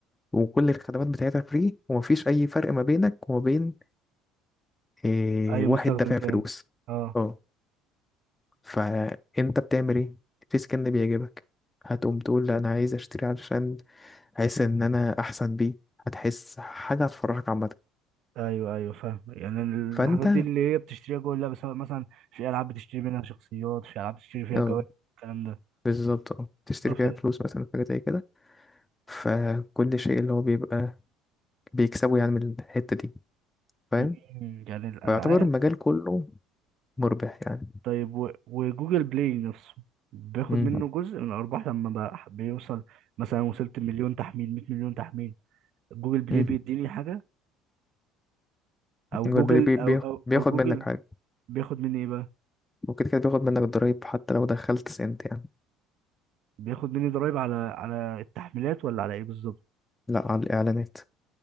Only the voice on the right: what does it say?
اي
مستخدم
تاني
اه
ايوه ايوه فاهم يعني الحاجات
دي اللي هي بتشتريها جوه اللعبه سواء مثلا في العاب بتشتري منها شخصيات في العاب بتشتري فيها
جوائز الكلام ده
اه فاهم
مم، يعني الالعاب
طيب و... وجوجل بلاي نفسه بياخد
منه جزء من الارباح لما بقى بيوصل مثلا وصلت مليون تحميل 100 مليون تحميل جوجل بلاي
بيديني حاجه او
جوجل
او او
او جوجل
بياخد مني ايه بقى
بياخد مني ضرايب على على التحميلات ولا على ايه بالظبط